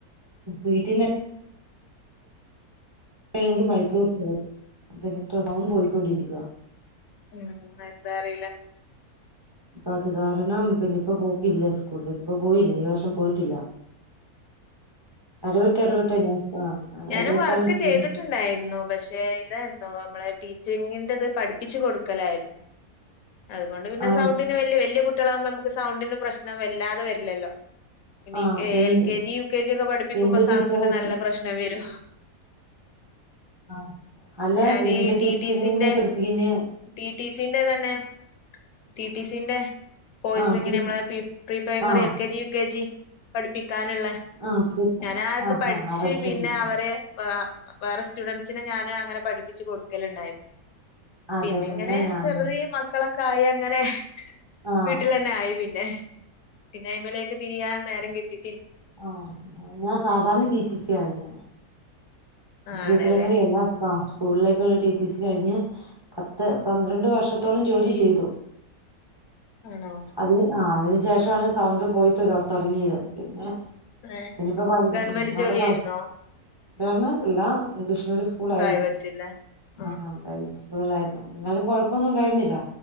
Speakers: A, on the right; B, on the left.
A: വീട്ടീന്ന് കുട്ടികളെയും കൂടി മൈസൂർക്ക്പോയി പിന്നെ സമയം പോയിക്കൊണ്ടിരിക്കുവാ
B: ഉം എന്താ അറിയില്ല
A: അതുകാരണം പിന്നെ ഇപ്പംപോക്കില്ല സ്കൂളിലെ ഇപ്പം പോയില്ല ഈ വർഷം പോയിട്ടില്ല. ഇടവിട്ടെടവിട്ട് ഞാൻ സ്കൂ ആ
B: ഞാനുംവർക്കു-
A: ഇടവിട്ടാണ് സ്കൂൾ
B: ഉണ്ടായിരുന്നു പക്ഷെ ഇതായിരുന്നു നമ്മളെ ടീച്ചിങ്ങിന്റെ പഠിപ്പിച്ചു കൊടുക്കലായിരുന്നു അതുകൊണ്ട് പിന്നെ
A: ആണ്
B: സൗണ്ടിന് വലിയ വലിയ കുട്ടികലാകുമ്പോൾ നമ്മക് സൗണ്ടിന് പ്രശ്നം വല്ലാതെ വരില്ലല്ലോ പിന്നെ
A: ആ എന്ത്
B: എൽ K G U K G ഒക്കെ പഠിപ്പിക്കുമ്പോ
A: എന്ത്
B: സൗണ്ടിന്
A: ടീച്ചറെ
B: നല്ല പ്രശ്ന <unintelligible>
A: ആ അല്ല
B: ഞാനീ
A: എന്ത്
B: ടിടി
A: ടീച്ചിങ്ങിനെ
B: സിന്റെ
A: പഠിപ്പിക്കുന്ന
B: ടിടി സിന്റെ തന്നെ ടി ടി സിന്റെ കോഴ്സിങ്ങ്ന്
A: ആ ടീ
B: നമ്മളെ പീപ് പ്രീ primary,
A: ആ
B: L K G, U K G പഠിപ്പി ക്കാന്ള്ളെ
A: ആ
B: ഞാനാത്
A: ആ
B: പഠിച്ച്
A: ആ അവരുടെ
B: പിന്നെ
A: ടീച്ചർ
B: അവരെ ആഹ് മാ വേറെ സ്റ്റുഡന്റ്സിന് ഞാന് അങ്ങനെ പഠിപ്പിച്ച് കൊട് ക്കല്ണ്ടായി
A: അതെല്ലേ
B: പിന്നെ ഇങ്ങനെ
A: ഞാൻ
B: ചെറിയ
A: ഞാൻ
B: മക്കളൊ ക്കായ് അങ്ങനെ
A: ആ
B: വീട്ടിലന്നെ ആയി പിന്നെ പിന്നെ അയിമലേക്ക് തിരിയാ നേരം കിട്ടി
A: ആഹ് ഞാ ഞാൻ സാധാണ ടി ടി സിയാര്ന്നെ അ
B: ആണല്ലേ
A: പ്രൈമറി എല്ലാംാം സ്കൂളിലേക്കുള്ള ടീച്ചീഴ്സ് കഴിഞ്ഞ് പത്ത് പന്ത്രണ്ട് വർഷത്തോളം ജോലി ചെയ്തു
B: ആണോ
A: അതിന് ആ അ ശേഷമാണ് സൗണ്ട് പോയിത്തോക്ർ തുടങ്ങിയത് പിന്നെ
B: ഏ
A: പിന്നെപ്പോ പ
B: ഗവൺമെന്റ്
A: എന്നട
B: ജോലിയായിരുന്നോ
A: പ ജർമൻ അല്ല ഇംഗ്ലീഷ് സ്കൂൾ
B: പ്രൈവറ്റ്ല്ലേ
A: ആയിരിക്കും
B: ആ
A: അതാ ചോദിച്ചേ ഉണ്ടായിരുന്നു എന്നാലും കൊഴപ്പൊന്നും ഉണ്ടായിരുന്നില്ല